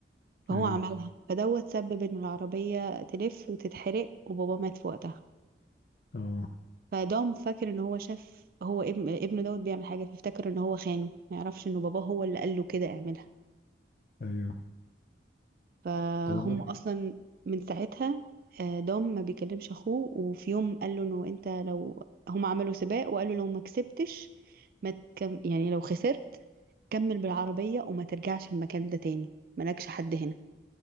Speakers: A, on the right; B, on the left.
A: فهو
B: ايوه
A: عملها فدوت سبب ان العربية تلف وتتحرق وبابا مات في وقتها
B: اه
A: فدوم فاكر ان هو شاف هو ابن ابنه دوت بيعمل حاجه فافتكر ان هو خانه ما يعرفش ان باباه هو اللي قال له كده اعملها
B: ايوه
A: فهم
B: طب والله
A: اصلا من ساعتها آه، دوم ما بيكلمش اخوه وفي يوم قال له انه انت لو هم عملوا سباق وقالوا لو ما كسبتش ما تكم... يعني لو خسرت كمل بالعربيه وما ترجعش المكان ده تاني مالكش حد هنا